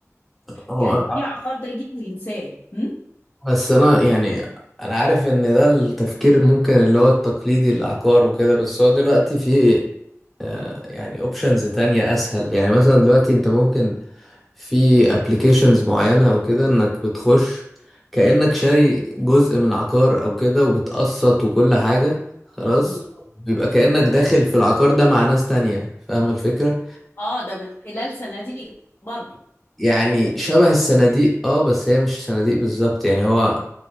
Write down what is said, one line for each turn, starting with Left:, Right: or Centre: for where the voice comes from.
Centre: هو
Left: يعني يجيب عقار ده يجيبه وينساه م?
Centre: بس انا يعني انا عارف ان ده التفكير ممكن اللي هو التقليدي العقار وكده بس هو دلوقتي في آه، يعني اوبشنز تانية اسهل يعني مثلا دلوقتي انت ممكن في ابلكيشنز معينة او كده انك بتخش كأنك شاري جزء من عقار او كده وبتقسط وكل حاجة خلاص
Left: امم
Centre: بيبقى كأنك داخل في العقار ده مع ناس تانية فاهمة الفكرة
Left: اه ده من خلال صناديق برضو
Centre: يعني شبه الصناديق اه بس هي مش صناديق بالظبط يعني هو